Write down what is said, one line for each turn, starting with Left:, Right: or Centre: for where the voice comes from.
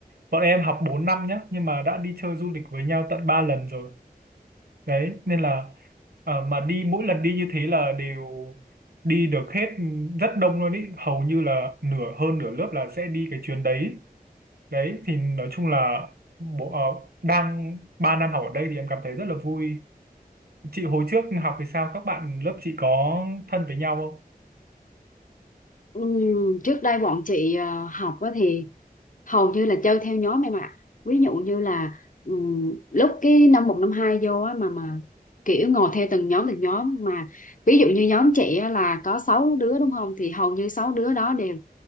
Right: Bọn em học 4 năm nhá, nhưng mà đã đi chơi du lịch với nhau tận 3 lần rồi đấy nên là ờ, mà đi mỗi lần đi như thế là đều đi được hết rất đông luôn ý hầu như là nửa hơn nửa lớp là sẽ đi cái chuyến đấy đấy thì nói chung là bộ ờ, đang 3 năm học ở đây thì em cảm thấy rất là vui chị hồi trước học thì sao các bạn lớp chị có thân với nhau không
Left: Ừm, trước đây bọn chị ờ, học á thì hầu như là chơi theo nhóm em ạ ví dụ như là ừm, lúc cái năm một năm hai vô á mà mà kiểu ngồi theo từng nhóm từng nhóm mà ví dụ như nhóm chị á là có 6 đứa đúng không thì hầu như 6 đứa đó đều